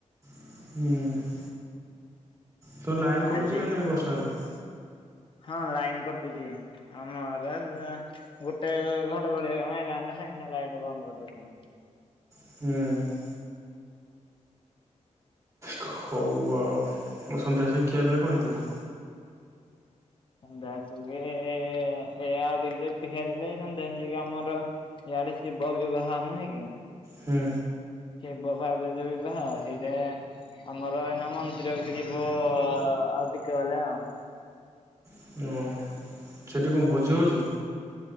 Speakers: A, on the right (about 25°); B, on the left (about 40°).
A: ହଁ। ତ ଲାଇନ୍ କଟୁଛି
B: ଆଜି
A: ନା ନାହିଁ ବର୍ଷା ହେଲେ?
B: ହଁ ଲାଇନ୍ କଟୁଛି। ଆମ ଆଡେ ଗୋଟାଏ ଘଡଘଡି ମାଇଲା ମାନେ ସାଙ୍ଗେସାଙ୍ଗେ ଲାଇନ ବନ୍ଦ କରିଦଉଛନ୍ତି।
A: ହଁ। ହଉ ଆଉ ଆଉ ସନ୍ଧ୍ୟା ଶୀ ଖିଆପିଆ କଣ ହେଇଥିଲା?
B: ସନ୍ଧ୍ୟା ଆସିକି ଏ ଏ ଆଉ ଟିକେ ରୁଟି ଖାଇଥିଲି ସନ୍ଧ୍ୟା ଆସିକି ଆମର ଇଆଡେ ଶିବ ବିବାହ ନୁହେଁ କି
A: ହଁ।
B: ଶିବ ପାର୍ବତୀ ବିବାହ ସେଇଟା ଆମର ଏଇନା ମନ୍ଦିରକୁ ଯିବୁ ଆଉ ଟିକେ ଗଲେ ଆଉ।
A: ହଁ। ସେଠି କଣ ଭୋଜି ହଉଛି?